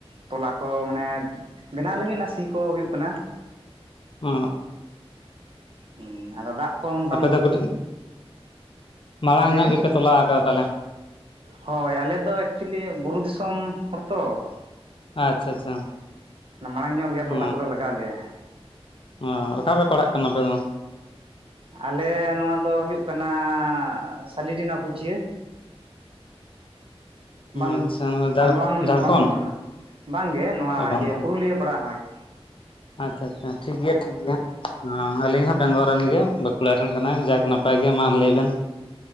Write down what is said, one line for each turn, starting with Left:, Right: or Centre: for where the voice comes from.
Right: ᱛᱚᱞᱟ ᱠᱚ ᱢᱟᱱᱮ ᱼᱼ ᱵᱮᱱᱟᱣ ᱞᱟ. ᱜᱤᱫ ᱚᱱᱟ ᱥᱤ ᱠᱚ ᱦᱩᱭᱩᱜ ᱠᱟᱱᱟ ᱾
Left: ᱚᱻ
Right: ᱦᱩᱸ ᱟᱫᱚ ᱫᱟᱜ ᱠᱚ ᱢᱚᱴᱟᱼᱼ
Left: ᱫᱚ ᱠᱟᱹᱴᱤᱡ ᱢᱟᱲᱟᱝ
Right: ᱞᱟᱹᱭ
Left: ᱧᱚᱜ ᱜᱮᱯᱮ ᱛᱚᱞᱟ ᱠᱟᱫᱟ ᱛᱟᱦᱚᱞᱮ?
Right: ᱦᱚᱭ ᱟᱞᱮᱫᱚ ᱮᱠᱪᱩᱭᱮᱞᱤ ᱵᱩᱨᱩ ᱫᱤᱥᱚᱢ ᱦᱚᱲ ᱛᱚ ᱾
Left: ᱟᱪᱪᱷᱟ ᱟᱪᱪᱷᱟ
Right: ᱢᱟᱲᱟᱝ ᱧᱚᱜ ᱨᱮᱜᱮ ᱛᱚᱞᱟ
Left: ᱚ
Right: ᱠᱚᱫᱚ ᱞᱟᱜᱟᱣ ᱟᱞᱮᱭᱟ ᱾
Left: ᱚ ᱚᱠᱟ ᱨᱮ ᱯᱟᱲᱟᱜ ᱠᱟᱱᱟ ᱟᱯᱮ ᱫᱚ?
Right: ᱟᱞᱮ ᱱᱚᱣᱟ ᱫᱚ ᱦᱩᱭᱩᱜ ᱠᱟᱱᱟ ᱥᱟᱞᱤᱰᱤᱱᱟ ᱠᱩᱪᱭᱟᱹ ᱾ ᱵᱟᱸᱫ
Left: ᱟᱪᱪᱷᱟ ᱡᱷᱟᱲ
Right: ᱵᱟᱸᱫᱣᱟᱱ
Left: ᱡᱷᱟᱲᱠᱷᱚᱸᱰ
Right: ᱵᱟᱸᱫᱣᱟᱱ ᱛᱷᱟᱱᱟ? ᱵᱟᱝᱜᱮ ᱱᱚᱣᱟ
Left: ᱵᱟᱝ
Right: ᱤᱭᱟᱹ
Left: ᱫᱚ
Right: ᱯᱩᱨᱩᱞᱤᱭᱟᱹ ᱯᱟᱲᱟᱜ-ᱟ ᱦᱚᱭ ᱾
Left: ᱟᱪᱪᱷᱟ ᱪᱷᱟ ᱴᱷᱤᱠ ᱜᱤᱭᱟ ᱾ ᱴᱷᱤᱠ ᱜᱮᱭᱟ ᱮ ᱟᱹᱞᱤᱧ ᱦᱚᱸ ᱵᱮᱝᱜᱚᱞ ᱨᱮᱱ ᱜᱮ ᱵᱟᱸᱠᱩᱲᱟ ᱨᱮᱱ ᱠᱟᱱᱟᱭ ᱡᱟᱠ ᱱᱟᱯᱟᱭ ᱜᱮ ᱢᱟ ᱞᱟᱹᱭ ᱵᱮᱱ ᱾